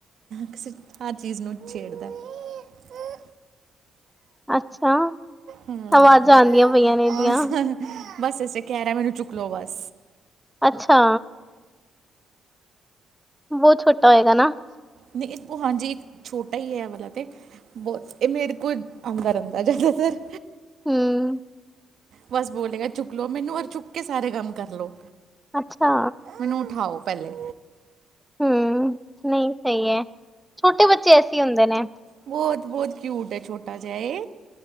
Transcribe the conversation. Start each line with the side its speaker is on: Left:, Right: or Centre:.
Right: ਕਿਸੇ ਹਰ ਚੀਜ਼ ਨੂੰ ਛੇੜਦਾ। ਹੈ।
Centre: ਅੱਛਾ,
Right: ਹਾਂ
Centre: ਆਵਾਜ਼ਾਂ ਆਂਦੀਆਂ ਪਈਆਂ ਨੇ ਇਨਂਦੀਆਂ।
Right: ਆਹ ਬਸ, <unintelligible> ਕੈ ਰਾ, ਮੈਨੂੰ ਚੁੱਕ ਲੋ, ਬਸ।
Centre: ਅੱਛਾ। ਬੋਤ ਛੋਟਾ ਹੋਏਗਾ ਨਾ?
Right: <unintelligible> ਹਾਂਜੀ, ਛੋਟਾ ਈ ਏ, ਐ ਵਾਲਾ ਤੇ। ਬੋਤ ਏ ਮੇਰੇ ਕੋਲ ਆਉਂਦਾ ਰੈਂਦਾ, ਜਿਆਦਾਤਰ।
Centre: ਹਮ
Right: ਬਸ ਬੋਲੇਗਾ, ਚੁੱਕ ਲੋ ਮੇਨੂੰ, ਔਰ ਚੁੱਕ ਕੇ ਸਾਰੇ ਕੰਮ ਕਰ ਲੋ।
Centre: ਅੱਛਾ।
Right: ਮੈਨੂੰ ਉਠਾਔ ਪੈਲੇ।
Centre: ਹੁੰ, ਨਈ, ਸਈ ਐ। ਛੋਟੇ ਬੱਚੇ ਐਸੇ ਈ ਹੁੰਦੇ ਨੇ।
Right: ਬੋਤ-ਬੋਤ ਕਿਊਟ ਏ, ਛੋਟਾ ਜਿਹਾ ਏ।